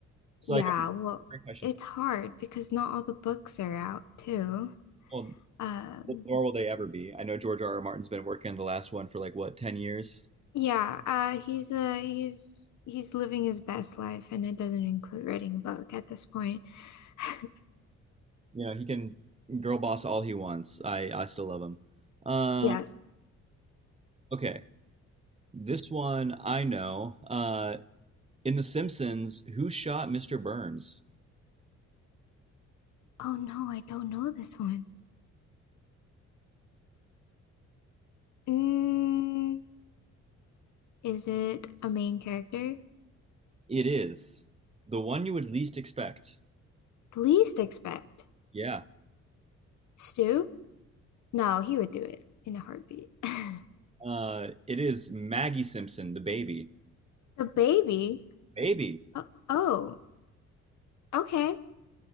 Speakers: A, on the right; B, on the left.
A: So
B: Yeah,
A: like, I wonder
B: well,
A: if I should.
B: it's hard because not all the books are out too.
A: Well,
B: Um,
A: nor will they ever be. I know George R. R. Martin's been working on the last one for like what, 10 years?
B: yeah, uh, he's uh he's he's living his best life, and it doesn't include writing a book at this point. <laughs>
A: You know, he can girl boss all he wants. I I still love him. Um,
B: Yes.
A: okay. This one I know. Uh, in The Simpsons, who shot Mr. Burns?
B: Oh no, I don't know this one. Mm, is it a main character?
A: It is the one you would least expect.
B: Least expect.
A: Yeah.
B: Stu? No, he would do it in a heartbeat. <laughs>
A: Uh, it is Maggie Simpson, the baby.
B: The baby?
A: Baby.
B: Oh, oh, okay.